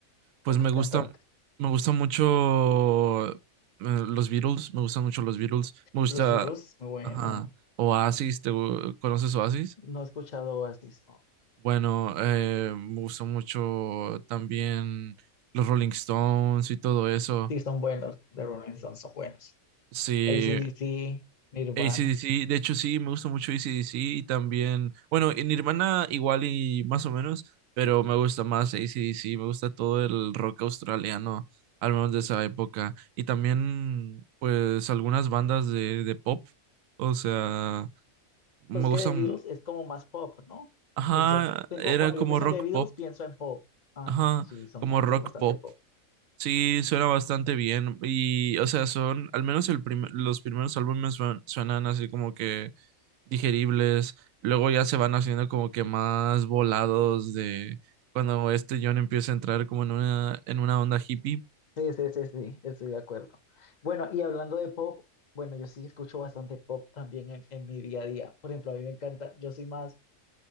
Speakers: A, on the right; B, on the left.
A: pues
B: ¿O qué
A: me
B: cantantes?
A: gusta, me gusta mucho eh, los Beatles, me gustan mucho los Beatles, me gusta,
B: Los Beatles, bueno,
A: ajá, Oasis, ¿te gu- conoces Oasis?
B: no he escuchado Oasis, no.
A: Bueno, eh, me gustó mucho también los Rolling Stones y todo eso.
B: Sí, son buenos, The Rolling Stones son buenos.
A: Sí,
B: AC/DC, Nirvana.
A: AC/DC, de hecho sí, me gusta mucho AC/DC y también, bueno, en Nirvana igual y más o menos, pero me gusta más AC/DC, me gusta todo el rock australiano, al menos de esa época. Y también, pues, algunas bandas de, de pop, o sea, me
B: Pero es que
A: gustan,
B: The Beatles es como más pop, ¿no?
A: ajá,
B: Pues yo tengo,
A: era
B: cuando
A: como
B: yo pienso
A: rock
B: en The Beatles,
A: pop,
B: pienso en pop. Ajá,
A: ajá,
B: sí, son,
A: como rock
B: son bastante
A: pop.
B: pop.
A: Sí, suena bastante bien. Y, o sea, son, al menos el prim- los primeros álbumes suenan, suenan así como que digeribles. Luego ya se van haciendo como que más volados de cuando este John empieza a entrar como en una, en una onda hippie.
B: Sí, sí, sí, sí, estoy de acuerdo. Bueno, y hablando de pop, bueno, yo sí escucho bastante pop también en, en mi día a día. Por ejemplo, a mí me encanta, yo soy más,